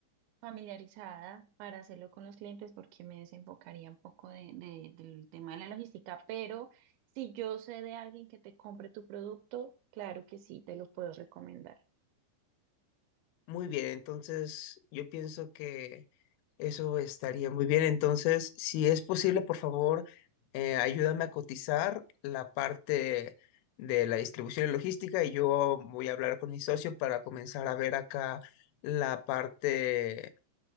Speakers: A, on the right (about 85°); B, on the left (about 85°).
A: familiarizada para hacerlo con los clientes porque me desenfocaría un poco de, de- del tema de la logística, pero si yo sé de alguien que te compre tu producto, claro que sí, te lo puedo recomendar.
B: Muy bien, entonces yo pienso que eso estaría muy bien. Entonces, si es posible, por favor, eh, ayúdame a cotizar la parte de la distribución y logística y yo voy a hablar con mi socio para comenzar a ver acá la parte,